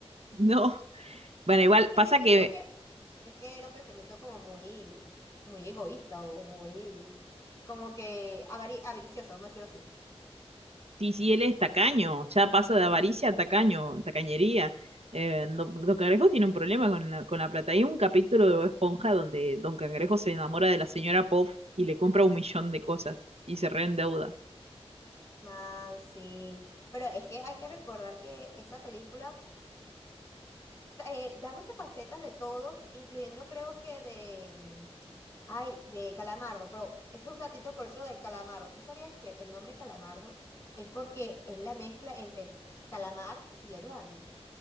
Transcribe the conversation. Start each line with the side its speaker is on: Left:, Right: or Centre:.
Right: No.
Left: <laughs>
Right: Bueno, igual
Left: Porque
Right: pasa
Left: ella pensó
Right: que
Left: que, es que era un pensamiento como muy, muy egoísta o muy, como que avari- avaricioso, vamos a decirlo así.
Right: Sí, sí, él es tacaño, ya pasa de
Left: Ajá.
Right: avaricia a tacaño, tacañería. Eh, Don, Don Cangrejo tiene un problema con la, con la plata. Hay un capítulo de Bob Esponja donde Don Cangrejo se enamora de la señora Pop y le compra un millón de cosas y se reendeuda.
Left: Man, sí. Pero es que hay que recordar que esa película eh, da muchas facetas de todos, incluyendo creo que de... mm, Ay, de Calamardo. Pero esto es un datito curioso de Calamardo. ¿Tú sabías que el nombre Calamardo es porque es la mezcla entre Calamar y Eduardo?